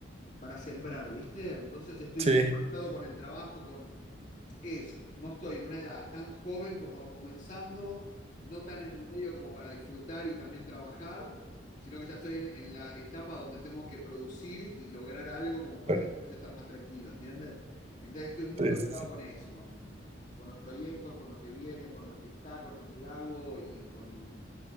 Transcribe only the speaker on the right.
Sí,
claro,
sí,
sí,
sí,